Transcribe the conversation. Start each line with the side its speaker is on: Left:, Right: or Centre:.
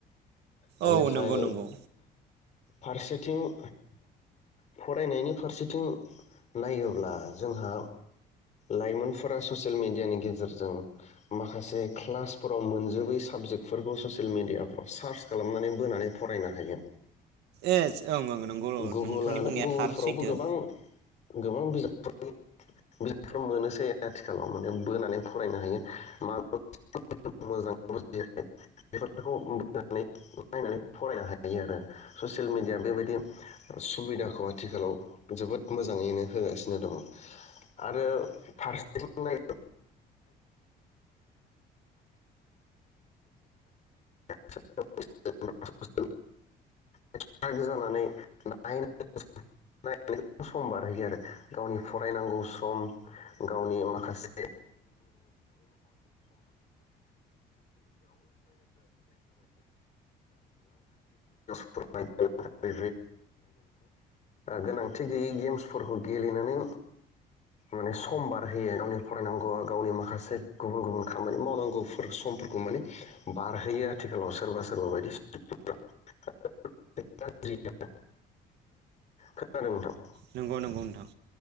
Left: बेनिफ्राय
Right: औ नंगौ नंगौ
Left: फारसेथिं फरायनायनि फारसेथिं नायोब्ला जोंहा लाइमोनफोरा ससियेल मेडियानि गेजेरजों माखासे क्लासफोराव मोनजोबै साबजेक्टफोरखौ ससियेल मेडियाफ्राव सार्च खालामनानै बोनानै फरायनो हायो।
Right: एज ओं ओं नंगौ र
Left: गुगोलानो
Right: नोंथांनि बुंनाया
Left: गुगोलफोरावबो
Right: थार सैथो
Left: गोबां <inaudible> ससेल मिडिया बेबायदि सुबिदाखौ आथिखालाव जोबोद मोजाङैनो होगासिनो दङ आरो फारसेथिं <inaudible> <unintelligible> <unintelligible> गावनि फरायनां‌गौ सम गावनि माखासे <inaudible> माने गोनांथि गैयै गेम्सफोरखौ गेलेनानै माने सम बारहोयो गावनि फरायनांगौ गावनि माखासे गुबुन गुबुन खामानि मावनांगौ फोर समफोरखौ माने बारहोयो आथिखालाव सोरबा सोरबा बायदि <inaudible> <unintelligible> खोनादों नोंथां
Right: नंगौ नंगौ नोंथां